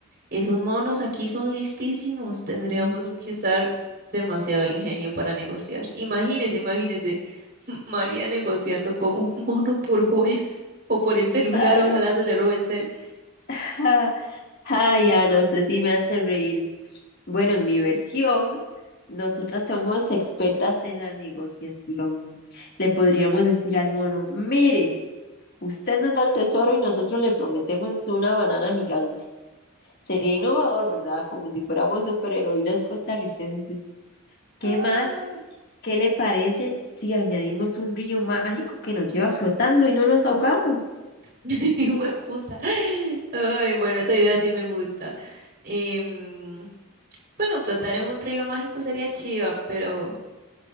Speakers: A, on the right; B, on the left.
A: esos monos aquí son listísimos. Tendríamos
B: Y-
A: que usar demasiado ingenio para negociar. Imagínese, imagínese, <laughs> María negociando con un mono por joyas o por el celular,
B: Ay,
A: ojalá se le robe el cel.
B: ja, ay, Ana, usted sí me hace reír. Bueno, en mi versión, nosotras somos expertas en la negociación. Le podríamos decir al mono, mire, usted nos da el tesoro y nosotros le prometemos una banana gigante. Sería innovador, ¿verdad? Como si fuéramos superheroínas costarricenses. ¿Qué
A: Ay,
B: más? ¿Qué le parece si añadimos un río mágico que nos lleva flotando y no nos ahogamos?
A: <laughs> hueputa. Ay, bueno, esa idea sí me gusta. Em, bueno, flotar en un río mágico sería chiva, pero